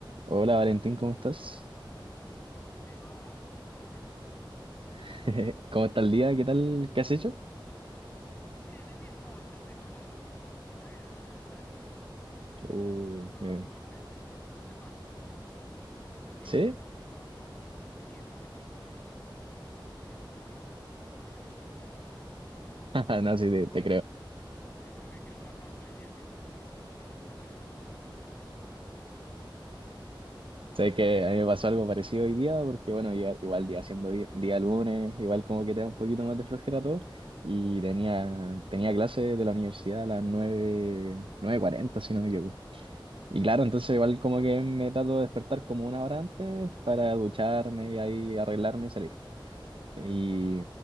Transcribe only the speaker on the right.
Hola Valentín, ¿cómo estás?
<laughs> ¿Cómo está el día? ¿Qué tal? ¿Qué has hecho?
Uh,
eh,
¿sí?
<laughs>
No, sí,
te,
te creo.
Sabes que a mí me pasó algo parecido hoy día, porque bueno, iba- igual día siendo di- día, lunes, igual como que te da un poquito más de flojera todo, y tenía, tenía clase de la universidad a las nueve nueve cuarenta si no me equivoco. Y claro, entonces igual como que me trato de despertar como una hora antes para ducharme y ahí arreglarme y salir. Y,